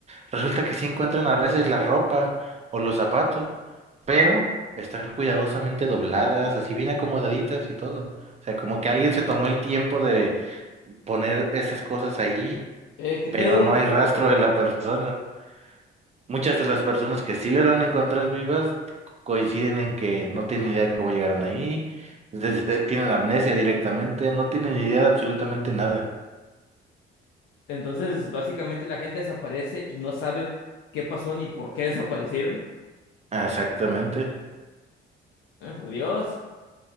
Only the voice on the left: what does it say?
Eh, ¿qué
pedo?
<laughs>
Entonces, básicamente la gente desaparece y no sabe qué pasó ni por qué desaparecieron.
Ay, por Dios.